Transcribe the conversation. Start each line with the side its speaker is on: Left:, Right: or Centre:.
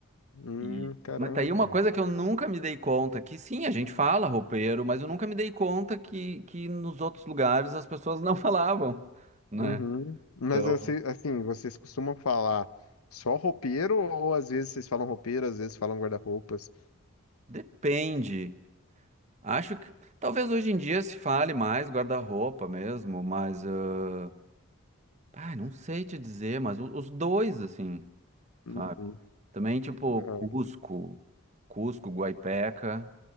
Left: Hum,
Right: E...
Left: caramba,
Right: Mas tá aí
Left: cara.
Right: uma coisa que eu nunca me dei conta, que sim, a gente fala roupeiro, mas eu nunca me dei conta que, que nos outros lugares as pessoas não <laughs> falavam, né?
Left: Uhum. Mas
Right: Então,
Left: assim, assim, vocês costumam falar só roupeiro ou às vezes vocês falam roupeiro, às vezes falam guarda-roupas?
Right: depende. Acho que talvez hoje em dia se fale mais guarda-roupa mesmo, mas. ah, ai, não sei te dizer, mas o- os dois, assim.
Left: Uhum.
Right: sabe? Também, tipo,
Left: Ah,
Right: Cusco, Cusco, Guaipeca,